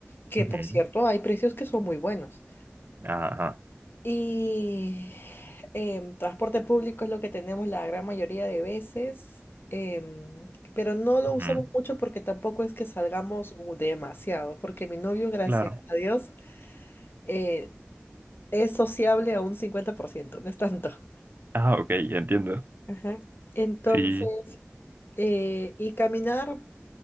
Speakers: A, on the left; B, on the right.
A: que
B: Ujú,
A: por cierto hay precios que son muy buenos.
B: Ajá.
A: Y em, transporte público es lo que tenemos la gran mayoría de veces, em, pero no lo
B: ujú,
A: usamos mucho porque tampoco es que salgamos uh, demasiado, porque mi novio, gracias
B: Claro.
A: a Dios, eh, es sociable a un cincuenta por ciento no es tanto.
B: Ah, ok, entiendo.
A: Ajá. Entonces,
B: Sí,
A: eh, y caminar,